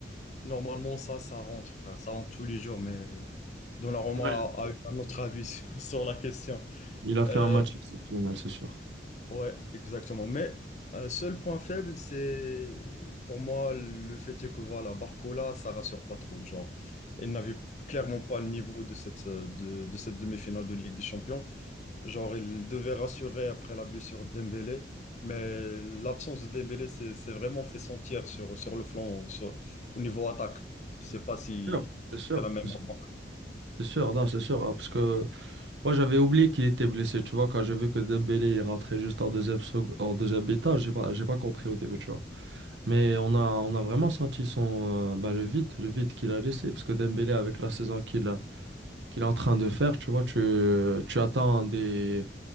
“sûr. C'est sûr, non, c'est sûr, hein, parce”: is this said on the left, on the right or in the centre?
Right